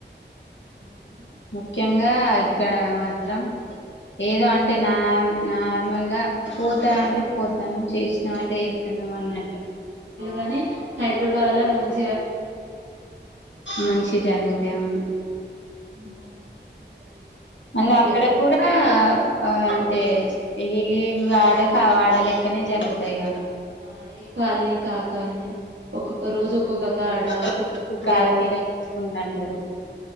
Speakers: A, on the right; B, on the left.
A: హు
B: ముఖ్యంగా ఇక్కడ మాత్రం ఏదో అంటే న నా నార్మల్గా పోత అంటే పోతున్నాం చేసినాం అంటే చేతన్నాం అన్నట్టు
A: కానీ హైదరాబాద్ లా మంచి
B: మంచి జరుగుతాయి అవును
A: బోనాలు అనేది ఒకటి వైబే
B: మళ్ళీ అక్కడ కూడా అంటే ఏ వాడక వాడ లెక్కనే జరుగుతాయిగా
A: ఆ ఏ కాలనీకి ఆ కాలనీ ఒక్కొక్క రోజు ఒక్కొక్క కాడ
B: ఆ
A: ఒక్కొక్క
B: కాలనీ
A: దేవత కాడ
B: చేసుకుంటంటారు